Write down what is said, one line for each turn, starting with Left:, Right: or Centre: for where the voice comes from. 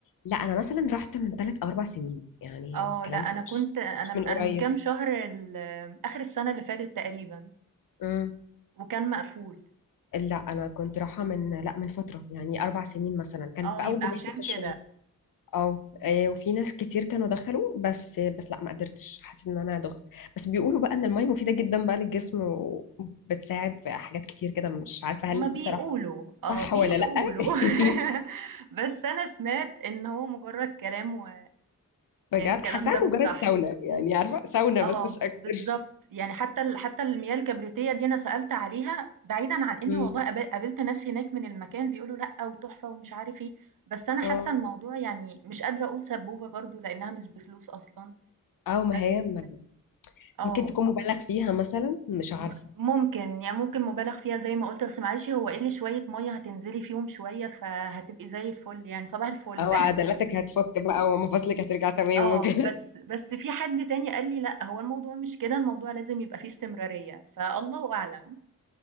Left: لا انا مثلا رحت من ثلاث او اربع سنين يعني
Right: اه
Left: الكلام
Right: لا انا
Left: ده
Right: كنت
Left: مش
Right: انا
Left: مش
Right: انا
Left: من قريب
Right: من كام شهر ال- اخر السنه اللي فاتت تقريبا
Left: امم
Right: وكان مقفول
Left: لا انا كنت رايحه من لا من فتره يعني اربع سنين مثلا كان
Right: اه
Left: في
Right: يبقى
Left: اول بدايتي
Right: عشان
Left: في الشغل
Right: كده
Left: اه إيه، وفي ناس كتير كانوا دخلوا بس بس لا ما قدرتش حسيت ان انا دخت بس بيقولوا بقى ان المية مفيدة جدا بقى للجسم وبتساعد في حاجات كتير كده مش عارفة
Right: هما
Left: هل
Right: بيقولوا
Left: بصراحة
Right: اه
Left: صح
Right: بيقولوا
Left: ولا لا <laughs>
Right: <laughs> بس انا سمعت ان هو مجرد كلام و
Left: بجد
Right: يعني الكلام
Left: حاساها
Right: ده مش
Left: مجرد
Right: صح
Left: ساونا يعني عارفة ساونا
Right: اه
Left: بس مش
Right: ب-
Left: اكتر
Right: بالظبط يعني حتى ال... حتى المياه الكبريتيه دي انا سالت عليها بعيدا عن اني
Left: امم
Right: والله قابل- قابلت ناس هناك من المكان بيقولوا لا وتحفه ومش عارف ايه بس انا حاسه
Left: اه
Right: الموضوع يعني مش قادره اقول سبوبه برضو لانها مش بفلوس اصلا
Left: او ما
Right: بس
Left: هي ما-
Right: اه
Left: ممكن تكون مبالغ فيها مثلا مش عارفة
Right: م- ممكن يعني ممكن مبالغ فيها زي ما قلت بس معلش هو قل شوية مية هتنزلي فيهم شوية فهتبقي زي الفل يعني صباح الفل
Left: او
Right: <laughs>
Left: عضلاتك هتفك بقى ومفاصلك هترجع تمام
Right: اه
Left: وكده
Right: بس بس في حد تاني قال لي لا هو الموضوع مش كده الموضوع لازم يبقى فيه استمرارية فالله أعلم